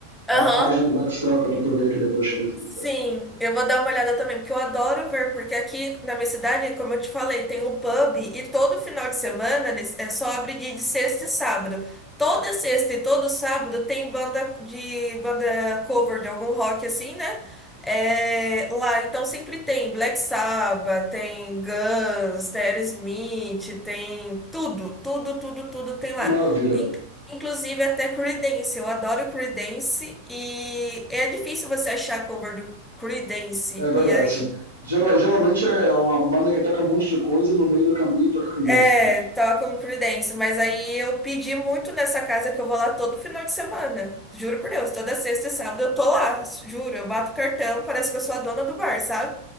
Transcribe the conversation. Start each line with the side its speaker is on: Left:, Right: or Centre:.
Right: a
Centre: aham,
Right: página do Back Circle pra tu ver aqui depois também se
Centre: Sim,
Right: quiser.
Centre: eu vou dar uma olhada também, porque eu adoro ver, porque aqui na minha cidade, como eu te falei, tem um pub e todo final de semana eles- é só abre de, de sexta e sábado. Toda sexta e todo sábado tem banda de banda cover de algum rock assim, né? É, lá, então sempre tem Black Sabbath, tem Guns, tem Aerosmith, tem tudo, tudo, tudo, tudo tem lá.
Right: Que maravilha.
Centre: Inclusive até Creedence, eu adoro Creedence e é difícil você achar cover do Creedence.
Right: É verdade.
Centre: E aí,
Right: Geral- geralmente é uma banda que toca um monte de coisa e no meio do caminho toca credência
Centre: é,
Right: junto.
Centre: toca um Creedence, mas aí eu pedi muito nessa casa que eu vou lá todo final de semana. Juro por Deus, toda sexta e sábado eu tô lá, juro, eu bato cartão, parece que eu sou a dona do bar, sabe?